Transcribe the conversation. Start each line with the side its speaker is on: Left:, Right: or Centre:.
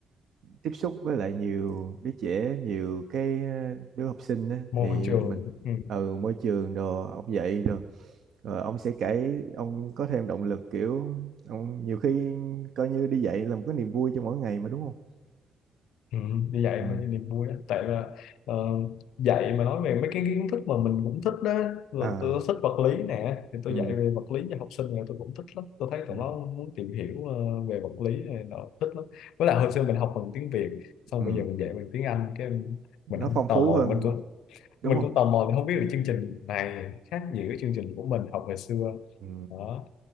Right: tiếp xúc với lại nhiều đứa trẻ, nhiều cái ờ, đứa học sinh á
Left: môi
Right: thì
Left: trường
Right: mình
Left: Ừ.
Right: ừ môi trường đồ ông dạy rồi rồi ông sẽ kể ông có thêm động lực kiểu ông nhiều khi coi như đi dạy là một cái niềm vui trong mỗi ngày mà đúng không?
Left: Ừ, như vậy
Right: Ừ.
Left: mới là niềm vui đó tại là ờ, dạy mà nói về mấy cái kiến thức mà mình cũng thích đó tôi,
Right: À.
Left: tôi thích vật lý nè thì tôi
Right: Ừ.
Left: dạy về vật lý cho học sinh này tôi cũng thích lắm tôi thấy tụi
Right: Ừ.
Left: nó muốn tìm hiểu ờ, về vật lý này nó thích lắm với lại hồi
Right: Ừ.
Left: xưa mình học bằng tiếng Việt xong
Right: ừ.
Left: bây giờ mình dạy bằng tiếng Anh cái em-
Right: Nó
Left: mình không
Right: phong phú
Left: tò mò
Right: hơn
Left: mình cũng
Right: đúng
Left: mình
Right: không?
Left: cũng tò mò thì không biết được chương trình này khác gì với chương trình của mình học hồi xưa
Right: Ừ.
Left: đó